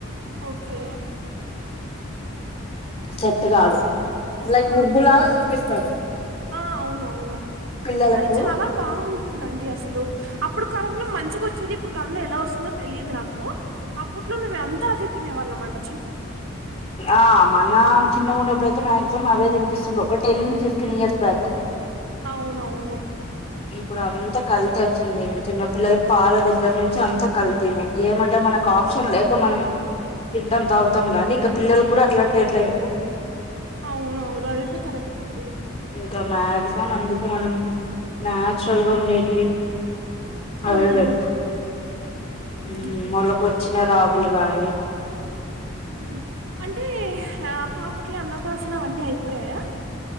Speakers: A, on the right (about 75°); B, on the left (about 30°).
A: ఓకే
B: సెట్ కాదు లైక్
A: ఆ
B: ఉగ్గులాగా తినిపిస్తారు
A: ఆ అవును అవును
B: పిల్లలకు
A: అది చాలా బాగుంటుందండి అసలు అప్పుడు కాలంలో మంచిగ వచ్చేది ఇప్పుడు కాలంలో ఎలా వస్తుందో తెలియదు నాకు అప్పట్లో మేము ఎంతా అదే తినేవాళ్ళమంట
B: ఆ మన చిన్న ఉన్నప్పుడైతే మాక్సిమం అవే తినిపిస్తుండ్రు ఒక టెన్ ఫిఫ్టీన్ ఇయర్స్ బ్యాక్
A: అవును అవును
B: ఇప్పుడు అంతా కల్తీ వచ్చింది ఇంక చిన్న పిల్లలకు పాల దగ్గర నుంచి అంతా కల్తీనే ఏమంటే మనకు ఆప్షన్ లేక మనం తింటాం తాగుతాం గానీ ఇంకా పిల్లలు కూడా అట్లంటే అ ఎట్ల చెప్పు
A: అవును అవును అది అయితే కరెక్టే అండి
B: ఇంకా మాక్సిమం అందుకే మనం నాచురల్ గా ఉండేటివి
A: హ్మ్
B: అవే పెడుతా యూ
A: అదే
B: మొలకొచ్చిన రాగులు కానీ
A: యూ అంటే ఆ పాపకి అన్నప్రాసన అవన్నీ అయిపోయాయా